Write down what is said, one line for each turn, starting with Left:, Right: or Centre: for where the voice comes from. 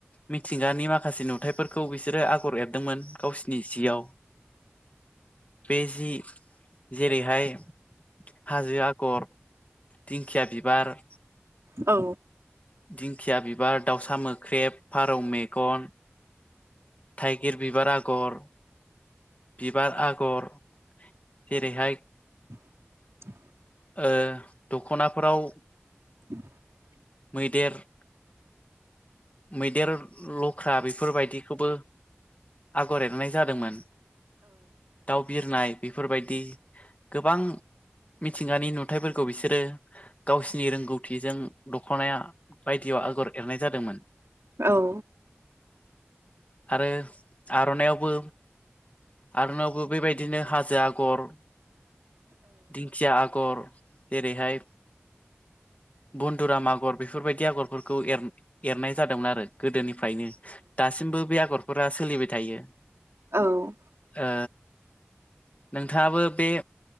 Left: मिथिंगानि माखासे नु थाइफोरखौ बिसोरो आगर एरदोंमोन गावसिनि जियाव बे जि जेरैहाय हाजो आगर दिंखिया बिबार
Right: औ
Left: दिंखिया बिबार दाउसा मोख्रेब फारौ मेगन थाइगिर बिबार आगर बिबार आगर जेरैहाय
Right: <unintelligible>
Left: ओ दख'नाफोराव
Right: <unintelligible>
Left: मैदेर मैदेर लख्रा बेफोरबायदिखौबो आगर एरनाय जादोंमोन दाउ बिरनाय बेफोरबायदि गोबां मिथिंगानि नुथथायफोरखौ बिसोरो गावसिनि रोंगौथिजों दख'नाया बायदियाव आगर एरनाय जादोंमोन
Right: औ
Left: आरो आर'नाइावबो आरनायावबो बेबायदिनो हाजो आगर दिंखिया आगर जेरैहाय बन्दुराम आगर बेफोरबायदि आगरफोरखौ एर एरनाय जादोंमोन आरो गोदोनिफ्रायनो दासिमबो बे आगरफोरा सोलिबाय थायो
Right: औ
Left: ओ नोंथाङाबो बे